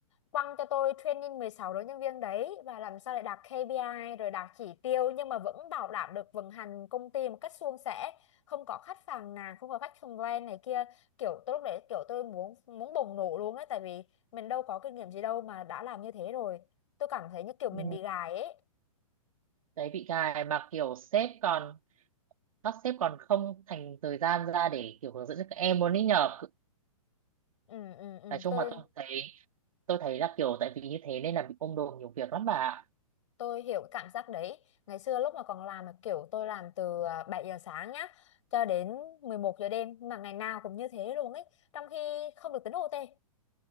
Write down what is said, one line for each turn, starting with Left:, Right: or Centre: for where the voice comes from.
Left: quăng cho tôi training 16 đối nhân viên đấy và làm sao để đạt KPI rồi đạt chỉ tiêu nhưng mà vẫn bảo đảm được vận hành công ty một cách suôn sẻ không có khách phàn nàn không có khách complain này kia kiểu tôi lúc đấy kiểu tôi muốn muốn bùng nổ luôn ấy tại vì mình đâu có kinh nghiệm gì đâu mà đã làm như thế rồi tôi cảm thấy như kiểu mình
Right: ừ.
Left: bị gài ấy
Right: đấy bị gài mà kiểu sếp còn các sếp còn không thành thời gian ra để kiểu hướng dẫn cho các em luôn ý nhờ Cứ-
Left: ừ ừ ừ
Right: nói chung
Left: tôi
Right: mà tôi thấy tôi thấy là kiểu tại vì như thế nên là bị ôm đồm nhiều việc lắm bà ạ.
Left: tôi hiểu cái cảm giác đấy ngày xưa lúc mà còn làm là kiểu tôi làm từ à, 7 giờ sáng nhá cho đến 11 giờ đêm mà ngày nào cũng như thế luôn ấy trong khi không được tính OT